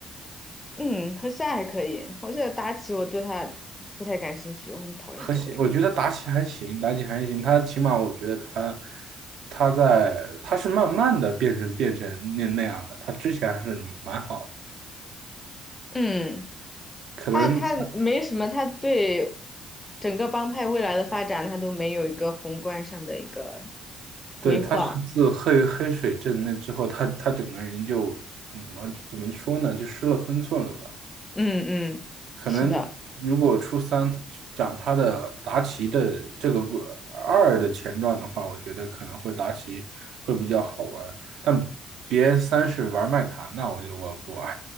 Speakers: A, on the left (about 25°); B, on the right (about 65°).
A: 嗯，和下还可以，我觉得达奇我对他不太感兴趣，我很讨厌这个人。
B: 和西，我觉得达己还行，妲己还行，她起码我觉得她，她在，她是慢慢的变成变成那那样的，她之前还是蛮好的，
A: 嗯，
B: 可能
A: 他他没什么，他对整个帮派未来的发展，他都没有一个宏观上的一个规划。
B: 对，他是自黑黑水镇那之后，他他整个人就，嗯，我怎么说呢，就失了分寸了吧。
A: 嗯嗯，
B: 可能如果初三讲他的达奇的这个过二的前传的话，
A: 是的，
B: 我觉得可能会达奇会比较好玩，但别三是玩麦卡，那我就我不玩